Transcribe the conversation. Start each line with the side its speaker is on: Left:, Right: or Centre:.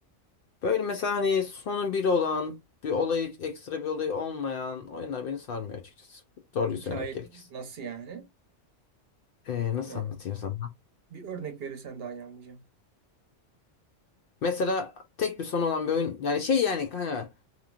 Left: Böyle mesela hani sonu bir olan bir olayı ekstra bir olayı olmayan oyunlar beni sarmıyor açıkçası. Doğruyu
Right: Hikaye
Left: söylemek gerekirse.
Right: nasıl yani?
Left: E, nasıl
Right: Ö-
Left: anlatayım sana?
Right: Bir örnek verirsen daha iyi anlayacağım.
Left: Mesela tek bir son olan bir oyun yani şey yani kanka